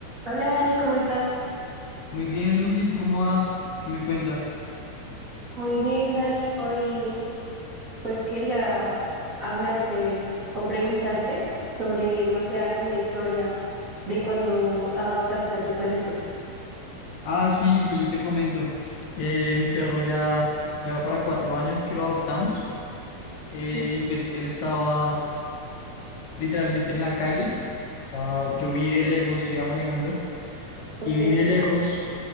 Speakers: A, on the right (about 55°); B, on the left (about 70°).
A: Hola Dani, ¿cómo estás?
B: Muy bien, Lucy, ¿tú cómo vas? ¿Qué me cuentas?
A: Muy bien, Dani. Hoy pues quería hablarte o preguntarte sobre, no sé, alguna historia de cuando adoptaste a tu perrito.
B: Ah, sí, pues yo te comento. Eh, mi perro ya lleva para cuatro años que lo adoptamos eh,
A: Mm,
B: y pues él estaba literalmente en la calle. Estaba, yo vi de lejos, yo iba manejando
A: Ok,
B: y vi de lejos